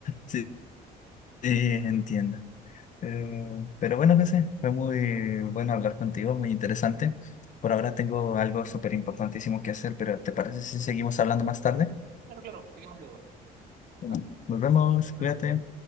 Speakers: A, on the left (about 50°); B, on the right (about 70°).
A: Sí, sí, entiendo. Pero, pero bueno, José, fue muy bueno hablar contigo, muy interesante. Por ahora tengo algo súper importantísimo que hacer, pero ¿te parece si seguimos hablando más tarde?
B: Claro, claro, seguimos luego.
A: Bueno,
B: No,
A: nos vemos,
B: siempre
A: cuídate.
B: los